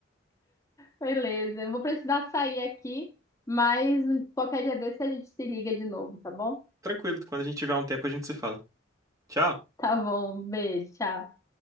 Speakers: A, on the left; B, on the right.
A: Beleza. Eu vou precisar sair aqui, mas qualquer dia desse a gente se liga de novo, tá bom?
B: Tranquilo, quando a gente tiver um tempo a gente se fala. Tchau.
A: Tá bom. Um Beijo. Tchau.